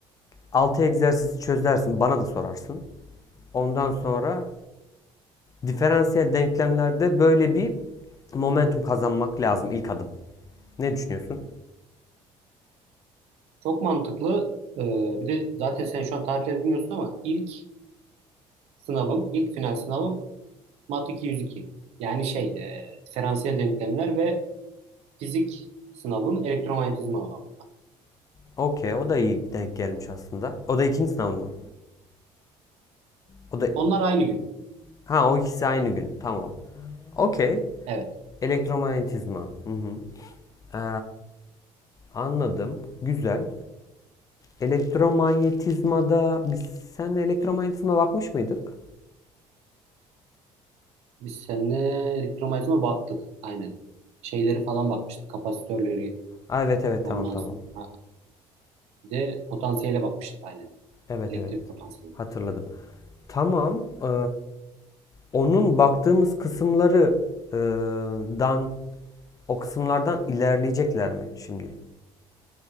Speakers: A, on the left; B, on the right.
A: 6 egzersiz çözersin, bana da sorarsın. Ondan sonra diferansiyel denklemlerde böyle bir momentum kazanmak lazım ilk adım. Ne düşünüyorsun?
B: Çok mantıklı. Ee, bir de zaten sen şu an tarihleri bilmiyorsun ama ilk sınavım, ilk final sınavım Mat 202. Yani şey, e, diferansiyel denklemler ve Fizik sınavım elektromanyetizma olan.
A: Okey, o da iyi denk gelmiş aslında. O da ikinci sınavın mı? O da
B: Onlar aynı gün.
A: ha o ikisi aynı gün. Tamam. Okey.
B: Evet.
A: Elektromanyetizma. Hı hı. Ee, anladım. Güzel. Elektromanyetizmada biz sen elektromanyetizma bakmış mıydık?
B: Biz seninle elektromanyetizma baktık. Aynen. Şeyleri falan bakmıştık. Kapasitörleri.
A: Aa, evet evet
B: Ondan
A: tamam tamam.
B: sonra bir de potansiyele bakmıştık aynen.
A: Evet
B: Elektrik
A: evet.
B: potansiyeli.
A: Hatırladım. Tamam. ee, onun baktığımız kısımları ee, dan o kısımlardan ilerleyecekler mi şimdi?